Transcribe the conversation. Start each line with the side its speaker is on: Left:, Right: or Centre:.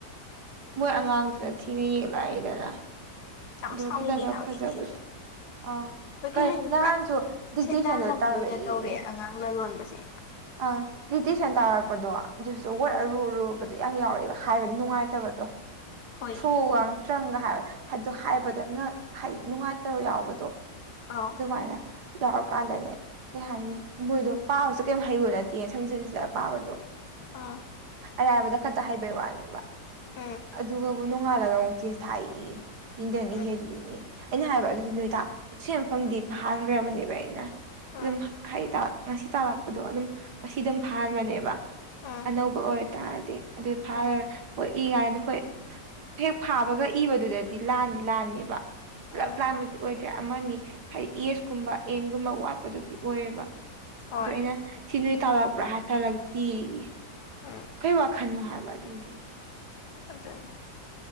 Right: ꯃꯣꯏ ꯑꯉꯥꯡꯗꯨꯅ ꯊꯤꯅ ꯌꯦꯛꯂꯛꯏꯗꯅ
Left: ꯌꯥꯝ
Right: ꯑꯗ
Left: ꯁꯥꯎꯅꯤꯡꯉꯦ
Right: ꯈꯤꯇꯪꯒ
Left: ꯍꯥꯏꯕ
Right: ꯐꯖꯕꯗꯣ
Left: ꯑꯩꯗꯤ ꯑꯗꯨ
Right: ꯑꯥ
Left: ꯍꯣꯏ
Right: ꯀꯩ
Left: ꯍꯥꯏꯅꯤ
Right: ꯅꯍꯥꯟꯁꯨ
Left: ꯄꯨꯔꯥ
Right: ꯗꯤꯛꯇꯦꯁꯟꯗ
Left: ꯁꯦꯟꯗꯥꯟ ꯂꯝꯕꯤ
Right: ꯇꯥꯛꯂꯛꯑꯦꯌꯦ
Left: ꯑꯣꯏꯅ ꯇꯧꯔꯦ ꯑꯉꯥꯡ ꯂꯥꯂꯣꯟꯕꯁꯦ
Right: ꯑꯥ ꯗꯤꯛꯗꯦꯁꯥꯟ ꯇꯥꯛꯂꯛꯄꯗꯣꯑꯗꯨꯁꯨ ꯋꯥꯠ
Left: ꯑꯧ
Right: ꯑꯔꯨ ꯑꯔꯨꯕ ꯌꯥꯝ ꯌꯥꯎꯔꯛꯑꯦꯕ ꯍꯥꯏꯕꯗꯨ ꯅꯨꯡꯉꯥꯏꯇꯕꯗꯣ
Left: ꯍꯣꯏꯌꯦ
Right: ꯊ꯭ꯔꯨꯒ ꯇ꯭ꯔꯪꯒ ꯍꯥꯏꯕꯗ ꯍꯥꯏꯗꯣ ꯍꯥꯏꯕꯗ ꯍꯥꯏꯗꯤ ꯅꯨꯡꯉꯥꯏꯇꯕ ꯌꯥꯎꯕꯗꯣ
Left: ꯑꯥꯎ
Right: ꯑꯗꯨꯃꯥꯏꯅ ꯌꯥꯎꯔꯀꯥꯟꯗꯅꯦ ꯀꯩ ꯍꯥꯏꯅꯤ ꯃꯣꯏꯗꯣ ꯄꯥꯕꯁꯨ ꯀꯩꯝ ꯍꯩꯕꯣ ꯅꯠꯇꯦ ꯁꯝꯠ ꯁꯝꯁꯤꯠ ꯄꯥꯕꯗꯣ
Left: ꯑ
Right: ꯑꯔꯥꯏꯕꯗ ꯈꯛꯇ ꯍꯥꯏꯕꯩ ꯋꯥꯅꯦꯕ
Left: ꯎꯝ
Right: ꯑꯗꯨꯒꯕꯨ ꯅꯣꯡꯉꯥꯜꯂꯒ ꯑꯃꯨꯛ ꯇꯦꯁ ꯊꯥꯏꯌꯦꯌꯦ ꯏꯗꯅꯤ
Left: ꯎꯝ
Right: ꯍꯦꯜꯂꯤꯉ ꯑꯩꯅ ꯍꯥꯏꯕ ꯑꯗꯨꯗꯤ ꯅꯣꯏ ꯁꯤ ꯃꯐꯝꯗꯤ ꯐꯥꯍꯟꯈ꯭ꯔꯕꯅꯦꯕ ꯑꯩꯅ
Left: ꯎꯝ
Right: ꯑꯗꯨꯝ ꯍꯥꯏꯗꯤ ꯉꯁꯤ ꯇꯥꯛꯂꯛꯄꯗꯣ ꯑꯗꯨꯝ ꯉꯁꯤ ꯑꯗꯨꯝ ꯐꯥꯍꯟꯕꯅꯦꯕ
Left: ꯎꯝ
Right: ꯑꯅꯧꯕ ꯑꯣꯏꯔꯇꯥꯔꯗꯤ ꯑꯗꯨ ꯐꯥ
Left: ꯎꯝ
Right: ꯏ ꯀꯥꯟꯗ ꯍꯣꯏ ꯍꯦꯛ ꯐꯥꯕꯒ ꯏꯕꯗꯨꯗꯗꯤ ꯂꯥꯟꯗꯤ ꯂꯥꯟꯅꯦꯕ
Left: ꯎꯝ
Right: ꯄꯨꯂꯞ ꯂꯥꯟꯕꯗꯨꯗꯤ ꯑꯣꯏꯗ꯭ꯔꯦ ꯑꯃꯅꯤ ꯍꯥꯏꯗꯤ ꯑꯦꯁꯀꯨꯝꯕ ꯑꯦꯟꯒꯨꯝꯕ ꯋꯥꯠꯄꯗꯨꯗꯤ ꯑꯣꯏꯌꯦꯕ
Left: ꯍꯣꯏ
Right: ꯗꯨ ꯑꯩꯅ ꯁꯤ ꯅꯣꯏ ꯇꯥꯜꯂꯛꯄ꯭ꯔꯥ ꯍꯥꯏꯔ ꯇꯥꯛꯂꯛꯇꯦꯌꯦ
Left: ꯎꯝ
Right: ꯀꯩ ꯋꯥꯈꯜꯅꯣ ꯍꯥꯏꯕ ꯑꯗꯨꯗꯤ
Left: ꯑꯗꯨꯅꯤ